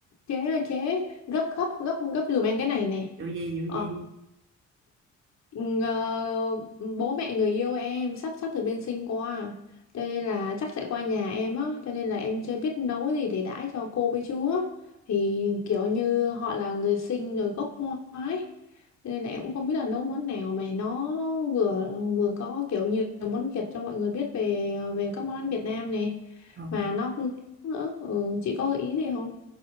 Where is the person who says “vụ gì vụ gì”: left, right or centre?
Right